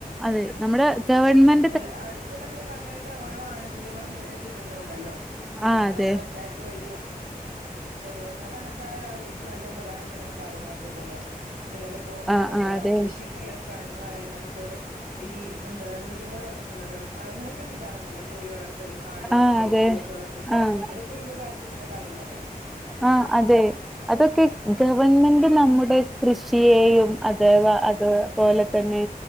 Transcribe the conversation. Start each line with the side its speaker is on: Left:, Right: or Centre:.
Centre: അതെ നമ്മടെ ഗവൺമെൻ
Right: അല്ല ആഹ് ഇപ്പോ നമ്മടെ ഗവൺമെന്റിൻ്റെ ഓരോ ആനുകൂല്യങ്ങളും ഇങ്ങനെ കിട്ടുന്നുണ്ടല്ലോ. ആ
Centre: ആഹ്
Right: അതായത്
Centre: അതെ
Right: പഞ്ചായത്ത് വഴിയോ ഓരോന്ന്ധണ്ണക്കാരായ ആള്കൾക്ക് നല്ല ഉപകാരപ്പെടുന്ന കാര്യങ്ങളൊക്കെ തന്നെയാണ് ഇങ്ങനെ ഇപ്പോ
Centre: ആഹ്
Right: എന്താ
Centre: ആഹ് അതെ
Right: കൃഷിക്ക്‌ള്ള കാര്യങ്ങളായാലും അത്പോലെ ഈ എന്താ മൃഗങ്ങളെ വളർത്തുല്ലോതാലുംഅങ്ങനെക്കെ കിട്ടാറുണ്ടല്ലോ കോഴിവളർ ത്തൽ ആട് വളർത്തല്പോത്ത്
Centre: ആഹ് അതെ
Right: വളർത്തല്
Centre: ആഹ്
Right: അതൊക്കെ ഒരു ഉപകാരത്തിൽപ്പെട്ടകാര്യം തന്നെയാണ്
Centre: ആ അതെ അതൊക്കെ ഗവൺമെന്റ് നമ്മുടെ കൃഷിയേയും അതേവാഅത്പോലെതന്നെ